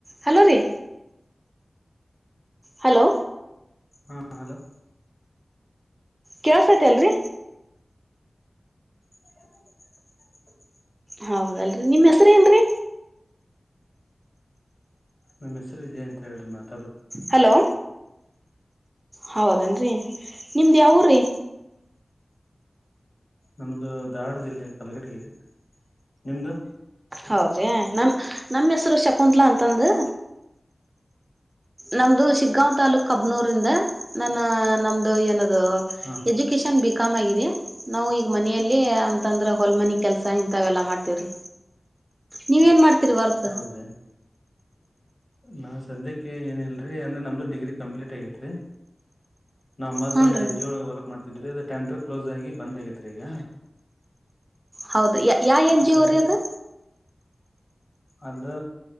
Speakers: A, on the right (about 30°); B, on the left (about 55°).
A: ಹಲೋ ರೀ ಹಲೋ
B: ಹಾ ಹಲೋ
A: ಕೆಲಸೈತೆ ಅಲ್ರಿ
B: <unintelligible>
A: ಹೌದಲ್ರರಿ ನಿಮ್ ಹೆಸ್ರ ಏನ್ರರಿ
B: ನಮ್ಮ್ ಹೆಸರು ವಿಜಯ ಅಂತ ಹೇಳ್ರಿ ಮತ್ತತ್
A: ಹಲೋ ಹೌದೇನ್ ರರಿ ನಿಮ್ದು ಯಾವ ರೀ
B: ನಮ್ದು ಧಾರ್ವಾಡ ಜಿಲ್ಲೆ ಕಲಕಟಗೇರಿ ನಿಮ್ದು
A: ಹೌದಿ ನಮ ನಮ್ಮ ಹೆಸ್ರು ಶಕುಂತ್ಲಾ ಅಂತಂದು ನಮ್ದು ಶಿಗ್ಗಾಂ ತಾಾಲೂಕ್ ಕಬ್ನೂರಿಂದ ನನ್ನ ನಮ್ದು ಏನ
B: ಹಾ
A: ಎಜುಕಷನ್ ಬ ನಾವು ಈಗ ಮನ ಅಂತಂದ್ರ ಹೊಲ್ಮನ ಕೆಲ್ಸ ಇಂತಲ್ಲಾ ಮಾಡ್ತವ್ರಿ ನೀವ ನ್ ಮಾಡ್ ರಿವರ್ಕ್
B: ಹೌದ್ರಿ ನಾವ್ ಸದ್ಯಕ್ಕೆ ಏನಿಲ್ರಿ ರಿ ಅಂದ್ರೆ ನಮ್ದು ಡಿಗ್ರಿ ಕಂಪ್ಲೀಟ್ ಆಗೇತ್ ರೀ ನಮ್ ಮದ್ಲ
A: ಹ್ಞೂ
B: ಒಂದ
A: ರೀ
B: ಎನ್ ಜಿ ಒಳಗೆ ವರ್ಕ್ ಮಾಡ್ತಿದ್ರಿ ಅದ ಟೆಂಡರ್ ಕ್ಲೋಸ್ ಆಗಿ ಬಂದ್ ಆಗತ್ ರ ಈಗ
A: ಹೌದು ಯ ಯಾವ ಎನ್ ಜಿ
B: ಸದ್ಯಕ್ಕೆ
A: ಒರ ಅದು
B: ಅದು